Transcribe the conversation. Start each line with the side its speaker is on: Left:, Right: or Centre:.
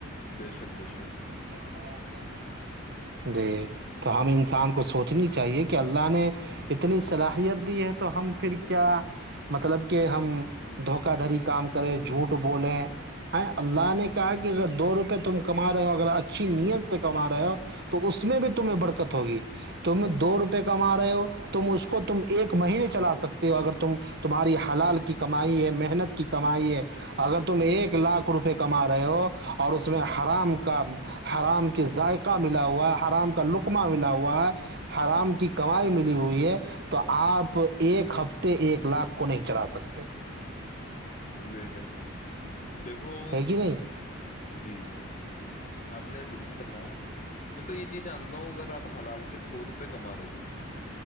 Left: بے شک بے شک
Right: کیا ہو رہا ہے آپ نے <unintelligible> جی تو ہم انسان کو سوچنی چاہیے کہ اللہ نے اتنی صلاحیت دی ہے تو ہم پھر کیا مطلب کہ ہم دھوکا دھڑی کام کریں جھوٹ بولیں ہیں اللہ نے کہا کہ اگر دو روپئے تم کما رہے ہو اگر اچھی نیت سے کما رہے ہو تو اس میں بھی تمہیں برکت ہوگی تم دو روپئے کما رہے ہو تم اس کو تم ایک مہینے چلا سکتے ہو اگر تم تمہاری حلال کی کمائی ہے محنت کی کمائی ہے اگر تم ایک لاکھ روپئے کما رہے ہو اور اس میں حرام کا حرام کے ذائقہ ملا ہوا ہے حرام کا لقمہ ملا ہوا ہے حرام کی کمائی ملی ہوئی ہے تو آپ ایک ہفتے ایک لاکھ کو نہیں چلا سکتے
Left: بےشر دیکھو
Right: ہے کہ نہیں
Left: جی آپ نے درست فرمایا میں تو یہ چیز آتا ہوں اگر آپ حلال کے سو روپ کما رہا ہو